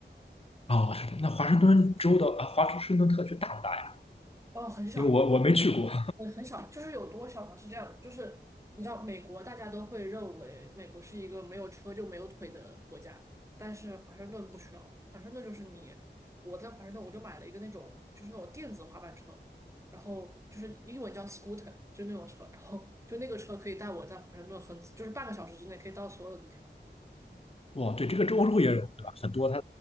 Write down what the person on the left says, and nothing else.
哦，那华盛顿州的啊，华盛顿特区大不大呀？
因为我我没去过。
哇，对，这个州州也有对吧？很多它